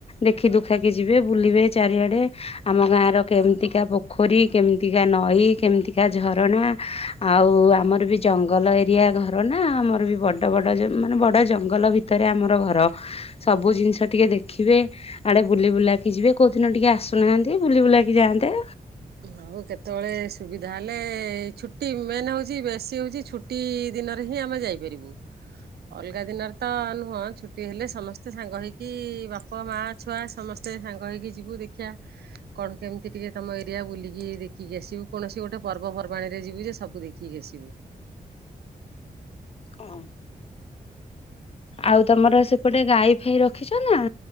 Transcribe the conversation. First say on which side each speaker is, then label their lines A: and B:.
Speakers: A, on the left; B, on the right.
A: ଦେଖି ଦୁଖାକି ଯିବେ ବୁଲିବେ ଚାରିଆଡ଼େ। ଆମ ଗାଁ ର କେମିତିକା ପୋଖରୀ କେମିତିକା ନଈ କେମିତିକା ଝରଣା ଆଉ ଆମର ବି ଜଙ୍ଗଲ ଏରିଆ ଘରଣା ଆମର ବି ବଡ ବଡ ମାନେ ବଡ ଜଙ୍ଗଲ ଭିତରେ ଆମର ଘର ସବୁ ଜିନିଷ ଟିକେ ଦେଖିବେ ଆଡେ ବୁଲି ବୁଲାକି ଯିବେ କୋଉ ଦିନ ଟିକେ ଆସୁ ନାହାନ୍ତି ବୁଲି ବୁଲାକି ଯାଆନ୍ତେ
B: ଆଉ କେତେବେଳେ ସୁବିଧା ହେଲେ ଛୁଟି ମେନ୍ ହଉଛି ବେଶୀ ହଉଛି ଛୁଟି ଦିନରେ ହିଁ ଆମେ ଯାଇପାରିବୁ ଅଲଗା ଦିନରେ ତ ନୁହଁ ଛୁଟି ହେଲେ ସମସ୍ତେ ସାଙ୍ଗ ହେଇକି ବାପ ମା ଛୁଆ ସମସ୍ତେ ସାଙ୍ଗ ହେଇକି ଯିବୁ ଦେଖିବା କଣ କେମିତି ଟିକେ ତମ ଏ। ବୁଲିକି ଦେଖିକି ଆସିବୁ କୌଣସି ଗୋଟେ ପର୍ବପର୍ବାଣିରେ ଯିବୁ ଯେ ସବୁ ଦେଖିକି ଆସିବୁ।
A: ହ। ଆଉ ତମର ସେପଟେ ଗାଈ ଫାଇ ରଖିଛ ନା।